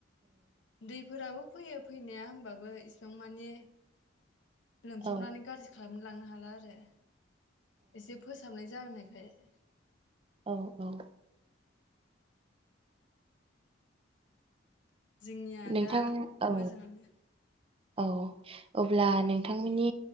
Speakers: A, on the left (about 70°); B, on the right (about 30°).
A: दै फोराबो फैयो फैनाया होनबाबो इसिबां मानि लोमसावनानै
B: औ
A: गाज्रि खालाम लांनो हाला आरो एसे फोसाबनाय जानाय <unintelligible>
B: औ औ
A: जोंनिया
B: नोंथां
A: दा
B: औ
A: मोजांङानो
B: औ, अब्ला नोंथांमोननि